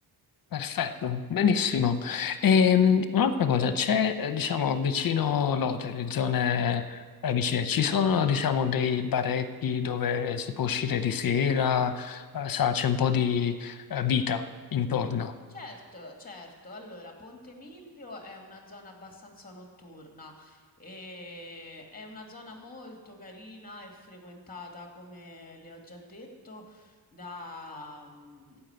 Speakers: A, on the left; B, on the left.
A: Perfetto, benissimo. Ehm, un'altra cosa, c'è, eh, diciamo, vicino Lotte, le zone eh, vicine, ci sono, diciamo, dei baretti dove si può uscire di sera, eh, sa, c'è un po' di eh, vita intorno.
B: Certo, certo. Allora, Ponte Milvio è una zona abbastanza notturna e è una zona molto carina e frequentata, come le ho già detto, da, mm,